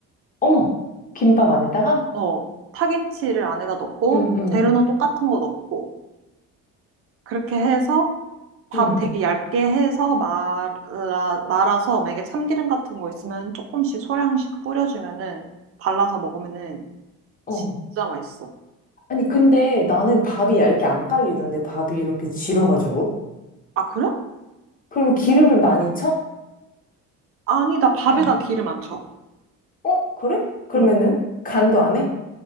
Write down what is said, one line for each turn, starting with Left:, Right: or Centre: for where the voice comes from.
Left: 어머, 김밥 안에다가?
Right: 어, 파김치를 안에다 넣고,
Left: 응, 응,
Right: 재료는 똑같은 거 넣고, 그렇게 해서 밥
Left: 응,
Right: 되게 얇게 해서 말라, 말아서 만약에 참기름 같은 거 있으면 조금씩 소량씩 뿌려주면은 발라서 먹으면은
Left: 어.
Right: 진짜 맛있어.
Left: 아니, 근데 나는 밥이 얇게 안 깔리던데, 밥이 이렇게 질어가지고.
Right: 아, 그래?
Left: 그럼 기름을 많이 쳐?
Right: 아니, 나 밥에다
Left: 밥.
Right: 기름 안 쳐.
Left: 어, 그래? 그러면은
Right: 어,
Left: 간도 안 해?